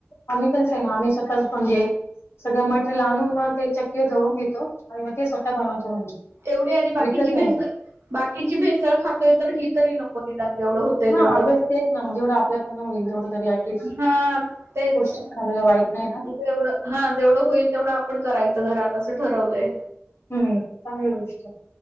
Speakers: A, on the left (about 65°); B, on the right (about 70°).
A: आम्ही पण सेम, आम्ही स्वतःच म्हणजे सगळं मटेरियल आणून म ते चक्कीवर दळून घेतो आणि मग ते स्वतः बनवतो म्हणजे
B: एवढी आणि बाकीची
A: विकत
B: भेसळ.
A: नाही
B: बाकीची भेसळ खातोय, तर ही तरी नको इ दरवढं होतय
A: हा
B: तेवढं.
A: अभ्यास तेच ना जेवढं आपल्याकडन होईल तेवढ, तरी
B: हां, तेच.
A: गोष्टायला वाईट नाही.
B: जेवढं हा जेवढं होईल तेवढं आपण करायचं घरात असं ठरवलंय.
A: हम्म चांगली गोष्टय.